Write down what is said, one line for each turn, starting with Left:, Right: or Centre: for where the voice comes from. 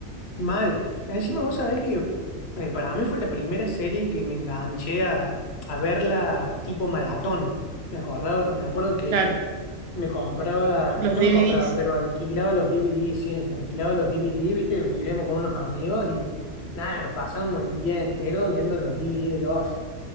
Left: Mal. Encima vos sabés que eh, para mí fue la primera serie que me enganché a, a verla tipo maratón. Me acordaba, me acuerdo que
Right: Claro,
Left: me compraba,
Right: los
Left: no
Right: DVDs.
Left: me compraba, pero alquilaba los DVDs, sí, alquilaba los DVDs, viste, vivíamos con unos amigos y nada, nos pasamos el día entero viendo los DVDs de Lost.